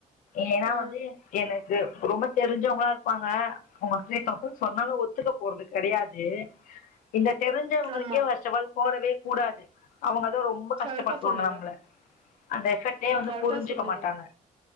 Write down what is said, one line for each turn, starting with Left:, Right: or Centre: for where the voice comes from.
Left: ஏனா
Right: ஆ
Left: வந்து எனக்கு ரொம்ப தெருஞ்சவங்களா இருப்பாங்க அவுங்க த்ரீ தௌசண்ட் சொன்னாலு ஒத்துக்க போறது கெடையாது இந்த தெருஞ் ஞ்சவங்களுக்கே
Right: ஆமா
Left: ஃபஸ்ட்அஃப்ஆல் போடவே கூடாது அவுங்கதா ரொம்ப கஷ்டப்படுத்துவாங்க
Right: கரெக்டா சொன்னீங்க
Left: நம்மள அந்த எஃபெக்டே வந்து
Right: கரெக்டா
Left: புரிஞ்சுக்க
Right: சொன்னீங்க
Left: மாட்டாங்க